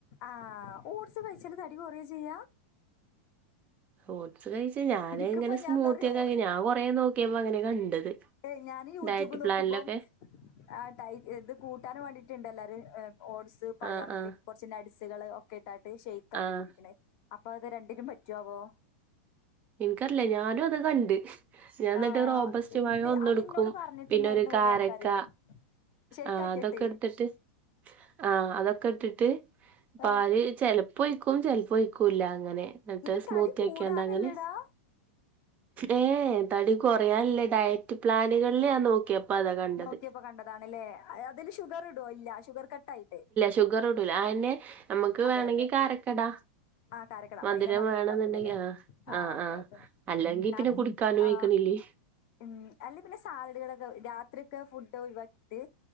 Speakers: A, on the left; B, on the right.
A: ആഹ് ഓട്സ് കഴിച്ചല് തടി കൊറയ ചെയ്യാ.
B: ഓട്സ് കഴിച്ച ഞാന്
A: എനിക്കിപ്പോ
B: ഇങ്ങനെ സ്മൂത്തിയക്കെ
A: ഞാൻ എന്താറിയോ
B: ആഹ് ഞാൻ കൊറെ നോ ക്കിയെപ്പ അങ്ങനെ കണ്ടത്.
A: ഏഹ് ഞാന് യൂട്യൂബ്
B: ഡയറ്റ്
A: നോക്കുമ്പം
B: പ്ലാനിലൊക്കെ
A: ആഹ് ടൈ ഇത് കൂട്ടാനും വേണ്ടിട്ട്ണ്ട്ല്ലാരും ഓട്സ്, പഴം
B: ആഹ് ആഹ്
A: പി കൊ ച്ച് നട്സ്കള് ഒക്കെ ഇട്ടാട്ട് ഷെയ്ക്ക് ആക്കി
B: ആഹ്
A: കുടിക്ക്‌ണേ. അപ്പൊ അത് രണ്ടിനും പറ്റോവോ
B: ഇൻക്കറില്ല ഞാനും അത് കണ്ട് ഞാൻ
A: ആ
B: ന്നട്ട് റോബസ്റ്റ്
A: ഇണ്ട്
B: പഴം ഒന്നട്ക്കും
A: അത് ഇന്നോട് പറഞ്ഞിട്ടുണ്ടായിരുന്നു
B: പിന്നെ ഒരു കാരക്ക.
A: കൊറേ ആൾക്കാര് ഷെയ്ക്ക്
B: ആഹ്
A: ആക്കിയിട്ട്
B: അതൊക്കെ ഇട്ത്തിട്ട് ആഹ് അതൊക്കെ ഇട്ടിട്ട്
A: ആ
B: പാല് ചെല പ്പൊ ഒയിക്കും ചെൽപ്പൊ ഒഴിക്കൂല്ല. അങ്ങനെ ന്നട്ട്
A: ഇത്
B: സ്മൂത്തിയാക്കിയാണ്ട്
A: തടി കൂടാനല്ലടാ
B: അങ്ങനെ ഏഹ് തടി കൊറയാൻല്ലേ ഡയറ്റ് പ്ലാനുകൾല് ഞാൻ നോക്കിയപ്പ അതാ കണ്ടത്
A: നോക്കിയപ്പോ കണ്ടതാണല്ലേ അതില് ഷുഗർ ഇടോ ഇല്ല ഷുഗർ കട്ട് ആയിട്ട്
B: ഷുഗർടൂല അയന്നെ. നമുക്ക്
A: അതെ
B: വേണമെങ്കി
A: അതെ
B: കാരക്കടാ
A: ആ കാരക്കട അപ്പൊ
B: മധുരം
A: അതിന്റെ
B: വേണെന്നുണ്ടെങ്കിൽ
A: ഉണ്ടാവൂലല്ലേ
B: ആഹ്.
A: ആ
B: ആഹ്
A: അതെ
B: ആഹ്
A: അതെ
B: അല്ലെങ്കി
A: കാരണം
B: പിന്നെ കുടിക്കാനും
A: ആ
B: വക്കണില്ലേ.
A: ഉം അല്ലപിന്നെ സാലഡുകളൊക്കെ രാത്രിയൊക്കെ ഫുഡ്ഡ് ഒഴിവാക്കിട്ട്